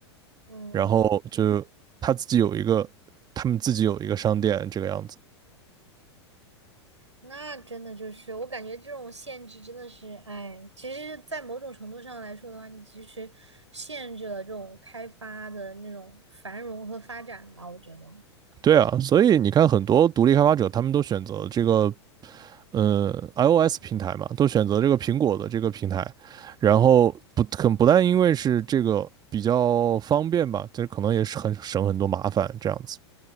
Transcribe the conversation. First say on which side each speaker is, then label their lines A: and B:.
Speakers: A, on the right; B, on the right.
A: 嗯，
B: 然后就是他自己有一个，他们自己有一个商店这个样子。
A: 那真的就是我感觉这种限制真的是，哎，其实，在某种程度上来说的话，你其实限制了这种开发的那种繁荣和发展吧，我觉得，
B: 对啊，所以你看，很多独立开发者他们都选择这个呃 iOS 平台嘛，都选择这个苹果的这个平台，然后不很不但因为是这个比较方便吧，这可能也是很省很多麻烦这样子。